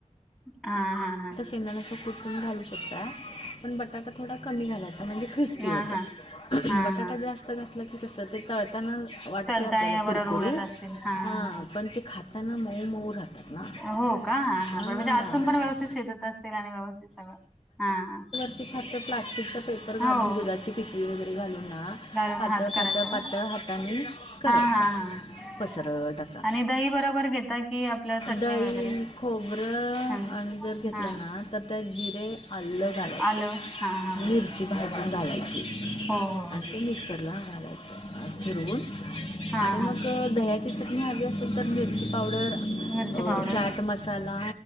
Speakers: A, in the centre; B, on the left (about 45°).
A: हा हा हा.
B: शेंगदाण्याचा कुट पन घालू शकताय. पण बटाटा थोडा कमी घालायचा म्हणजे क्रिस्पी
A: हा
B: होतात
A: हा हा
B: बटाटा
A: हा
B: जास्त <unintelligible> कस ते तळताना वाटते
A: तलताणी
B: आपल्याला कुरकुरीत
A: बरोबर उडत असतील हा हा हा.
B: पण ते खा ताना मऊ मऊ राहतात. ना
A: हो का ह हा
B: हां
A: म्हणजे आतून व्यवस्थित शिजत असतील आणि व्यवस्थित सगळं हा हा.
B: त फक्त प्लास्टिकचा पेपर घालून
A: हो
B: दुधाची पिशवी वगैरे घालून ना
A: घालून
B: पातळ
A: हात करायचा
B: पातळ
A: का
B: पातळ हातानी करायच.
A: हा हा हा
B: पसरट असा
A: आणि दही बरोबर घेता की आपल्या चटणी
B: दही
A: वगैरे
B: खोबरं
A: हं
B: जर घेतलं
A: हा
B: ना तर त्या जिरे आल घालायचं,
A: आलं हा हा
B: मिरची
A: ह
B: भाजून घालायची,
A: हो हो हो
B: आणि ते मिक्सरला घालायचं फिरवून,
A: हा
B: आणि
A: हा
B: मग दह्याची चटणी हवी असेल तर मिरची पावडर अं
A: मिरची पावडर
B: चाट मसाला,